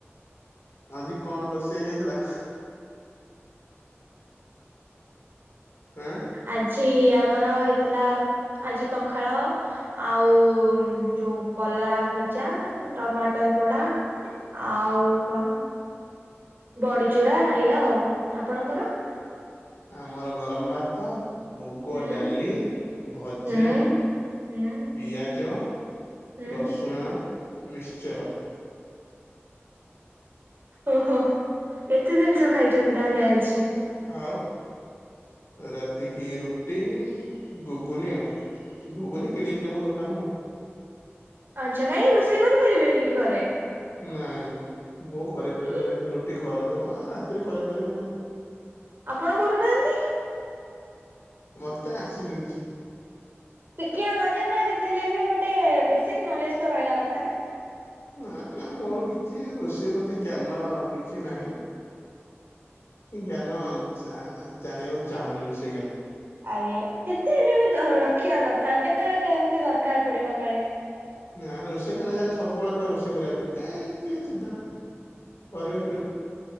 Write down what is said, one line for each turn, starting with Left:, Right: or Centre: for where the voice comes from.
Left: ଆଜି କଣ ରୋଷେଇ ହେଇଥିଲା? ଆଁ
Right: ଆଜି ଆମର ହେଇଥିଲା ଆଜି ପଖାଳ ଆଉ ଯୋଉ କଲରା ଭଜା ଟମାଟର ପୋଡା। ଆଉ କଣ। ବଡିଚୁରା ଏଇଆ ଆଉ ଆପଣଙ୍କର।
Left: ଆମର ଗରମ ଭାତ ମୁଗ
Right: ହୁଁ
Left: ଡାଲି, ଭଜା,
Right: ହୁଁ ହୁଁ
Left: ପିଆଜ
Right: ହୁଁ
Left: ରସୁଣ ମିକ୍ସଚର।
Right: ଓହୋ ଏତେ ଜିନିଷ ଖାଇଛନ୍ତି ତାହେଲେ ଆଜି।
Left: ଆଉ ରାତିକି ରୁଟି ଗୁଗୁନି ଆଉ। ଘୁଗୁନି କିଣିକି ନବୁ ଦୋକାନରୁ।
Right: ଆଚ୍ଛା କାହିଁ ରୋଷେଇ କରିପାରିବେନି କି ଘରେ।
Left: ନାଇଁ ବୋଉ କରିପାରିବନି
Right: କି
Left: ରୁଟି କରି ଦବ ରାତିରେ କରିପାରିବନି ଆଉ।
Right: ଆପଣ କରୁନାହାନ୍ତି।
Left: ମତେ ଆସିନି କିଛି।
Right: ଶିଖିବା କଥା ନା ଯେତେ ହେଲେ ବି ଗୋଟେ ବେସିକ ନଲେଜ ତ ରହିବା କଥା ନା।
Left: ନା ନା ମୋର କିଛି ରୋସେଇ ପ୍ରତି ଜ୍ଞାନ କିଛି ନାହିଁ।
Right: <inaudible>
Left: ଏ ଜ୍ଞାନ ଜାଣିବାକୁ ଚାହୁଁନି ରୋଷେଇ ଜ୍ଞାନ।
Right: ଆରେ କେତେ ହେଲେ ବି ରଖିବା କଥା କେତେବେଳେ କେମିତି ଦରକାର ପଡିବ କାଳେ।
Left: ନା ଆମେ ରୋଷେଇ କଲେ ଯାଲେ ସବୁବେଳେ କହ ରୋଷେଇ କରିବା ପାଇଁ କାହିଁକି ଚିନ୍ତା କରିବ କର।